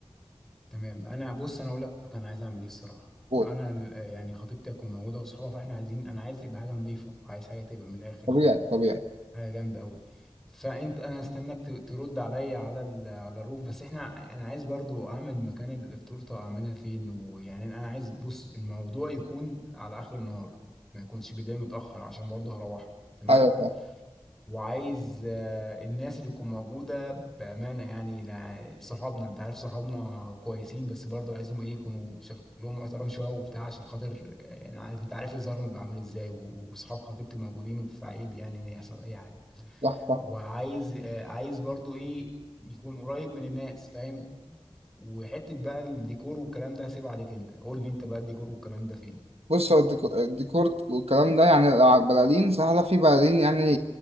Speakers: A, in the centre; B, on the right.
A: تمام انا بص انا اقول لك انا عايز اعمل ايه الصراحه
B: قول
A: انا ال- يعني خطيبتي هتكون موجوده واصحابها فاحنا عايزين انا عايز تبقى حاجه نظيفه عايز حاجه تبقى من الاخر
B: طبيعي
A: من الاخر
B: طبيعي
A: حاجه جامده قوي فانت انا استناك ت- ترد عليا على ال... على الروف بس احنا انا عايز برضو اعمل مكان ال- التورته اعملها فين ويعني انا عايز بص الموضوع يكون على اخر النهار ما يكونش بالليل متاخر عشان برضو هروح تمام
B: ايوه فاهم
A: وعايز آه، الناس اللي تكون موجودة بأمانة يعني لا- صحابنا انت عارف صحابنا كويسين بس برضه عايزهم ايه يكونوا شكلهم محترم شوية وبتاع عشان خاطر آه، انا عارف انت عارف ظهرهم بيبقى عامل ازاي و- وصحاب خطيبتي موجودين فعيب يعني ان يحصل اي حاجة
B: صح صح
A: وعايز آه، عايز برضه ايه يكون قريب من الناس فاهم وحتة بقى الديكور والكلام ده هسيبها عليك انت قول لي انت بقى الديكور والكلام ده فين
B: بص هو الديكو- الديكور والكلام ده يعني لو على البلالين سهله في بلالين يعني